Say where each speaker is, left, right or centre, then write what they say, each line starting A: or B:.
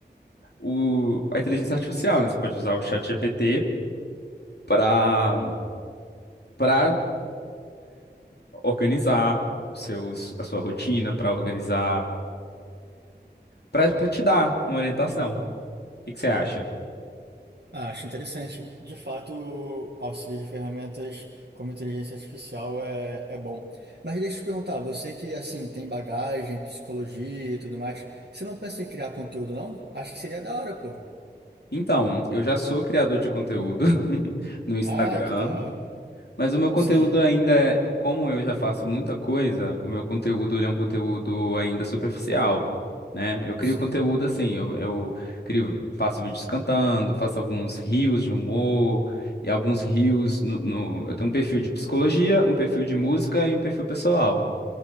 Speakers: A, on the left; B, on the right.
A: o... a inteligência artificial, né? Você pode usar o ChatGPT para para organizar os seus, a sua rotina, para organizar, para te dar uma orientação. O que que você acha?
B: Ah, acho interessante. De fato, o auxílio de ferramentas como inteligência artificial é, é bom. Mas deixa eu te perguntar, você que assim tem bagagem, psicologia e tudo mais, você não pensa em criar conteúdo, não? Acho que seria da hora, pô.
A: Então, eu já sou criador de conteúdo <laughs> no Instagram,
B: Ah, que da hora.
A: mas o meu conteúdo
B: Sim,
A: ainda é, como eu já faço muita coisa, o meu conteúdo ele é um conteúdo ainda superficial, né? Eu crio
B: sim,
A: conteúdo assim, eu, eu crio, faço vídeos cantando, faço alguns reels de humor e alguns reels no, no- eu tenho um perfil de psicologia, um perfil de música e um perfil pessoal,